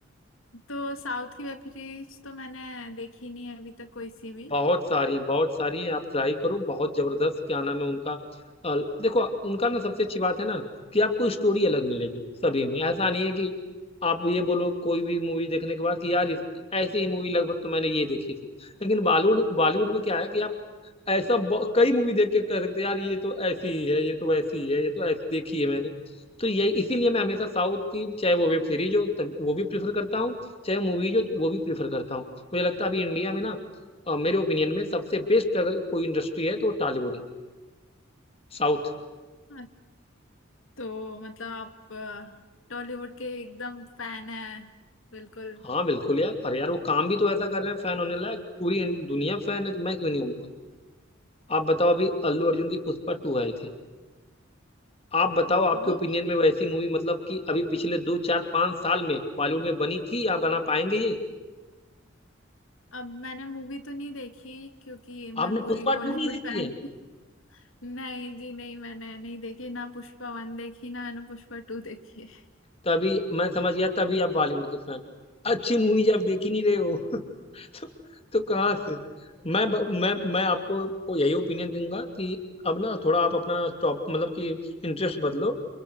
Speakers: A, on the left (about 80°); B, on the left (about 30°).
A: तो साउथ की वेब सीरीज तो मैंने देखी नहीं है अभी तक कोई सी भी
B: बहुत सारी हैं बहुत सारी हैं आप ट्राई करो बहुत जबरदस्त क्या नाम है उनका अ, देखो उनका ना सबसे अच्छी बात है ना कि आपको स्टोरी अलग मिलेगी सभी में ऐसा नहीं है कि आप ये बोलो कोई भी मूवी देखने के बाद कि यार इस- ऐसी ही मूवी लगभग तो मैंने ये देखी थी लेकिन बॉलीवुड बॉलीवुड में क्या है कि आप ऐसा ब- कई मूवी देख के कह सकते हैं यार ये तो ऐसी ही है ये तो वैसी ही है ये तो ऐसी देखी है मैंने तो यही इसीलिए मैं हमेशा साउथ की चाहे वो वेब सीरीज हो तब वो भी प्रीफर करता हूँ चाहे मूवीज हो तो वो भी प्रीफर करता हूँ मुझे लगता है अभी इंडिया में ना अ, मेरे ओपिनियन में सबसे बेस्ट अगर कोई इंडस्ट्री है तो टॉलीवुड है साउथ
A: हाँ, तो मतलब आप अ, टॉलीवुड के एकदम फैन है बिल्कुल
B: हाँ बिल्कुल यार अरे यार वो काम भी तो ऐसा कर रहे हैं फैन होने लायक पूरी इन- दुनिया फैन है तो मैं क्यों नहीं होऊंगा आप बताओ अभी अल्लू अर्जुन की पुष्पा टू आई थी आप बताओ आपके
A: वो
B: ओपिनियन में वैसी मूवी मतलब कि अभी पिछले दो चार पांच साल में बॉलीवुड में बनी थी या बना पाएंगे ये
A: अब मैंने मूवी तो नहीं देखी क्योंकि मैं
B: आपने
A: पूरी
B: पुष्पा
A: <laughs> बॉलीवुड
B: टू नहीं देखी
A: फैन
B: है
A: हूँ नहीं जी नहीं मैंने नहीं देखी ना पुष्पा वन देखी ना मैंने पुष्पा टू देखी है
B: तभी मैं समझ गया तभी आप बॉलीवुड के फैन हो अच्छी मूवी आप देख ही नहीं रहे हो <laughs> तो, तो कहाँ से मैं ब- मैं मैं आपको वो यही ओपिनियन दूंगा कि अब ना थोड़ा आप अपना टॉप मतलब कि इंटरेस्ट बदलो